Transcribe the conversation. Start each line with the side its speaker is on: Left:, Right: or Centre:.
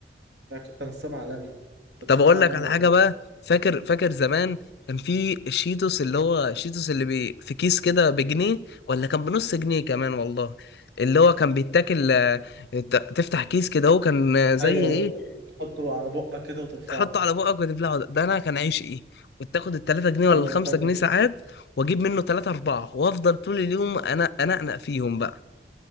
Right: ده كنت نصاب عالمي كنت نصاب
Left: طب اقول
Right: عالمي
Left: لك على
Right: والله
Left: حاجه بقى فاكر فاكر زمان كان في الشيتوس اللي هو الشيتوس اللي بي في كيس كده بجنيه ولا كان بنص جنيه كمان والله اللي هو كان بيتاكل آه، ت- تفتح كيس كده هو كان آه، زي
Right: ايوه
Left: ايه
Right: تحطه على بقك كده وترفعه
Left: تحطه على بقك وتبلعه ده ده انا كان عيش ايه كنت اخد التلاتة جنيه ولا
Right: اه
Left: الخمسة
Right: بتاع ده
Left: جنيه
Right: كده.
Left: ساعات واجيب منه تلاتة اربعة وافضل طول اليوم انا انقنق فيهم بقى